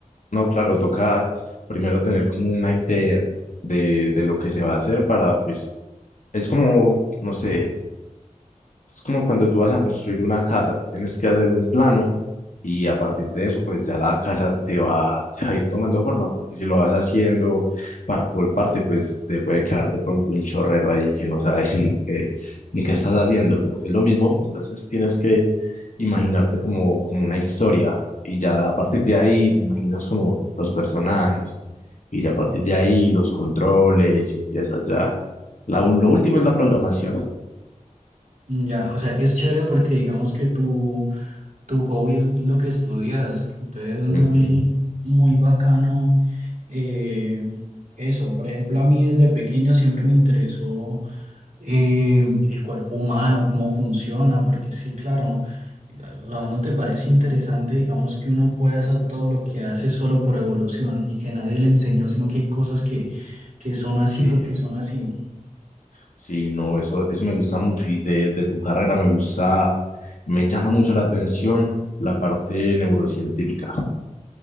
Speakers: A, on the left (about 65°); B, on the right (about 65°).
A: No, claro, toca primero tener como una idea de, de lo que se va a hacer para, pues, es como, no sé. Es como cuando tú vas a construir una casa, tienes que hacer un plano y a partir de eso, pues ya la casa te va, te va a ir tomando forma, porque si lo vas haciendo parte por parte, pues te puede quedar de pronto un chorrero ahí que no sabes ni qué, ni qué estás haciendo. Es lo mismo, entonces tienes que imaginarte como, como una historia y ya a partir de ahí te imaginas como los personajes y ya a partir de ahí los controles y empiezas ya. La, lo último es la programación.
B: ya, o sea que es chévere porque digamos que tú tu hobby es lo que estudias. Entonces es muy,
A: Ujú.
B: muy bacano eh, eso. Por ejemplo, a mí desde pequeño siempre me interesó eh, el cuerpo humano, cómo funciona, porque es que, claro, ¿a- a- no te parece interesante, digamos, que uno pueda hacer todo lo que hace solo por evolución y que nadie le enseñó, sino que hay cosas que, que son así
A: Sí.
B: porque son así?
A: Sí, no, eso, eso me gusta mucho y de, de tu carrera me gusta, me llama mucho la atención la parte neurocientífica.